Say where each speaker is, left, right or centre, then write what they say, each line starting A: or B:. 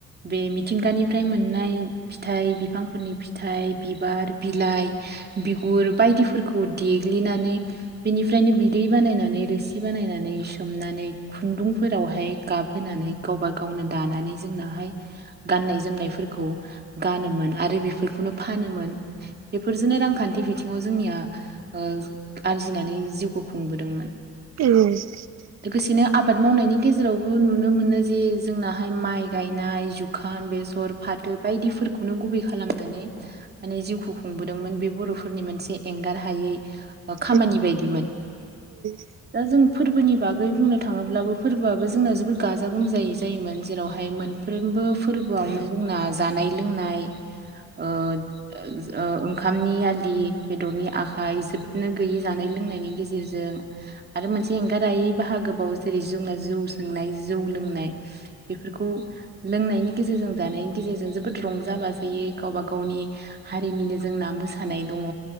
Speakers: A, on the right; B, on the right.
A: बे मिथिंगानि फ्राय मोननाय फिथाइ बिफांफोरनि फिथाइ बि बिबार बिलाइ बिगुर बायदिफोरखौ देग्लिनानै बिनिफ्रायनो बिदै बा बानायनानै रोसि बानायनानै सोमनानै खुन्दुंफोरावहाय गाबहोनानै गावबा गावनो दा लानानै जोंनाहाय गाननाय जोमनायफोरखौ गानोमोन आरो बेफोरखौनो फानोमोन <inaudible> बेफोरजोंनो रांखान्थि बिथिङाव जोंनिया ओ आरजिनानै जिउखौ खुंबोदोंमोन
B: औ
A: लोगोसेनो आबाद मावनायनि गेजेरावबो नुनो मोनो जे जोंनाहाय माइ गायनाय जुखाम बेसर फा फाथो बायदिफोरखौनो गुबै खालामनानै माने जिउखौ खुंबोदोंमोन बे बर'फोरनि मोनसे एंगार हायै ओ
B: उम
A: खामानि बायदिमोन
B: उम
A: दा जों फोरबोनि बागै बुंनो थाङोब्लाबो फोरबोआबो जोंना जोबोद गाजा गोमजायै जायोमोन जेरावहाय मोनफ्रोम बो फोरबोआवनो जोंना जानाय लोंनाय ओ ओ ओंखामनि आलि बेदरनि आखाइ जोबनो गैयै जानाय लोंनायनि गेजेरजों। जों आरो मोनसे एंगारायै बाहागो बाव जेरै जोंना जौ सोंनाय जौ लोंनाय। बेफोरखौ लोंनायनि गेजेरजों जानायनि गेजेरजों जोबोद रंजा बाजायो गावबा गावनि हारिनिनो जोंना मोसानाय दङ